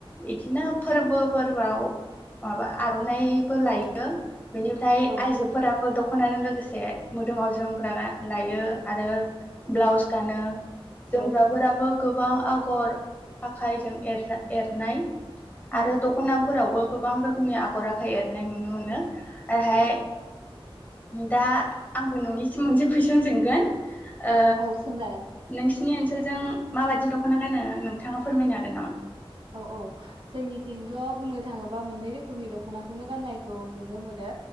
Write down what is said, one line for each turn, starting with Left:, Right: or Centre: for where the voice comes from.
Left: इदिनो फोरबो फोरबोआव माबा आर'नाइबो लायो। बेनिफ्राय
Right: औ
Left: आइजोफोराबो दख' नाजों लोगोसे मोदोमाव जोमग्रा लायो आरो ब्लाउस गानो। जोमग्राफोराबो
Right: औ
Left: गोबां आगर आखाइजों एर एरनाय।
Right: उम
Left: आरो दख'ना फोरावबो गोबां रोखोमनि आखर आखाइ एरनाय नुनो मोनो। आरोहाय
Right: औ
Left: दा आंबो नोंनिसिम मोनसे कुइसन सोंगोन। ओ
Right: औ सोंजागोन
Left: नोंसि नि ओनसोलजों माबायदि दख'ना गानो नोंथाङा फोरमायनो हागोन नामा?
Right: औ औ जोंनिथिंथ' बुंनो थाङोबा मोननै रोखोमनि दख'नाखौनो गाननायखौ नुनो मोनो।